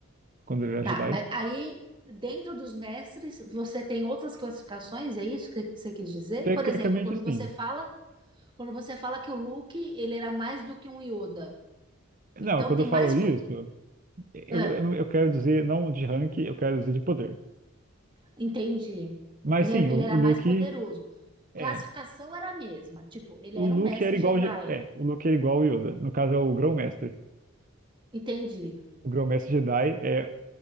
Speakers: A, on the right; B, on the right.
A: quando ele era
B: Tá,
A: Jedi.
B: mas aí dentro dos mestres você tem outras classificações, é isso que você quis dizer?
A: Tecnicamente,
B: Por exemplo, quando
A: assim.
B: você fala, quando você fala que o Luke, ele era mais do que um Yoda.
A: Não,
B: Então
A: quando
B: tem
A: eu falo
B: mais
A: isso,
B: co-
A: eu,
B: ah,
A: eu não- eu quero dizer não de rank, eu quero dizer de poder.
B: entendi.
A: Mas
B: Ele,
A: sim,
B: é- ele
A: o,
B: era
A: o Luke
B: mais poderoso. Classificação
A: é,
B: era a mesma, tipo, ele
A: o
B: era
A: Luke
B: um mestre
A: era
B: Jedi.
A: igual, Je- é, o Luke era igual ao Yoda. No caso é o Grão-Mestre.
B: Entendi.
A: O Grão-Mestre Jedi é